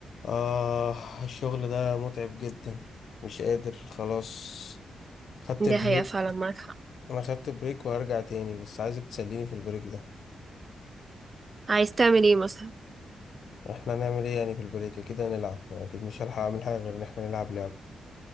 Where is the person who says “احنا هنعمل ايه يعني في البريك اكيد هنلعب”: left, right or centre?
Left